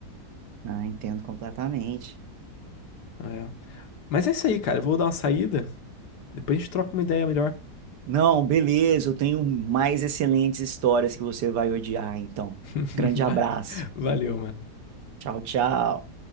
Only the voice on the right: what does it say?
Ah, entendo completamente.
Não, beleza, eu tenho mais excelentes histórias que você vai odiar, então.
Grande abraço.
Tchau, tchau.